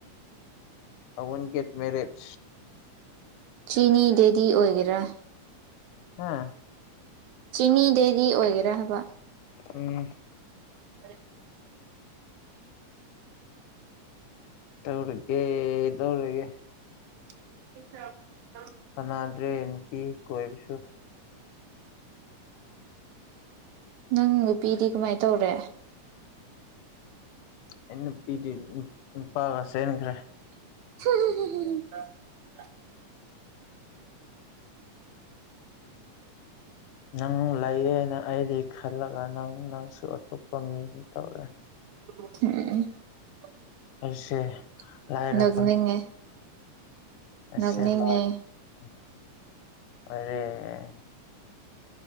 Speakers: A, on the left; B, on the right.
A: ꯑꯋꯨꯟ ꯒꯦꯠ ꯃꯦꯔꯤꯠ
B: ꯆꯤꯅꯤ ꯗꯦꯗꯤ ꯑꯣꯏꯒꯦꯔꯥ
A: ꯍꯥꯥ
B: ꯆꯤꯅꯤ ꯗꯦꯔꯤ ꯑꯣꯏꯒꯦꯔꯥ ꯍꯥꯏꯕ
A: ꯎꯝ
B: <inaudible>
A: ꯇꯧꯔꯒꯦ ꯇꯧꯔꯒꯦ
B: <inaudible>
A: ꯀꯅꯥꯗ꯭ꯔꯦ ꯅꯨꯄꯤ ꯀꯣꯏꯕꯁꯨ
B: ꯅꯪ ꯅꯨꯄꯤꯗꯤ ꯀꯃꯥꯏꯅ ꯇꯧꯔꯦ
A: ꯑꯩ ꯅꯨꯄꯤꯗꯤ ꯅꯨꯄꯥꯒ ꯆꯦꯟꯈ꯭ꯔꯦ
B: <unintelligible>
A: ꯅꯪ ꯂꯩꯌꯦꯅ ꯑꯩꯗꯤ ꯈꯜꯂꯒ ꯅꯪ ꯅꯪꯁꯨ ꯑꯇꯣꯞꯄ ꯃꯤꯅ ꯇꯧꯔꯦ
B: <unintelligible>
A: ꯑꯩꯁꯦ
B: <unintelligible>
A: ꯂꯥꯏꯔꯕ <unintelligible>
B: ꯅꯛꯅꯤꯡꯉꯦ